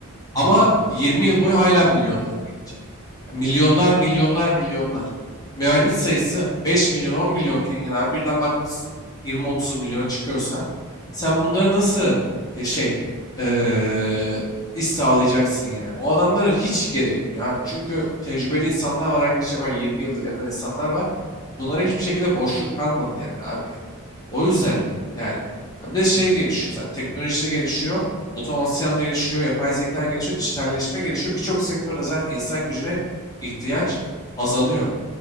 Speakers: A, on the right; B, on the left.
A: hı
B: Ama
A: hı,
B: 20 yıl boyu hala milyonlar gelecek. Milyonlar, milyonlar, milyonlar. Mühendis sayısı 5 milyon, 10 milyonken yani abi birden bakmışsın 20-30 milyona çıkıyorsa sen bunları nasıl e, şey eee iş sağlayacaksın yani. O adamlara hiç gerekmiyor abi. Çünkü tecrübeli insanlar var aynı işe ben 20 yıldır yapan insanlar var. Bunlara hiçbir şekilde boşluk kalmadı yani abi yani. O yüzden
A: hı hı,
B: yani ya bir de şey gelişiyor zaten teknoloji gelişiyor. Otomasyon gelişiyor, yapay zeka gelişiyor, dijitalleşme gelişiyor. Birçok sektörde zaten insan gücüne ihtiyaç azalıyor.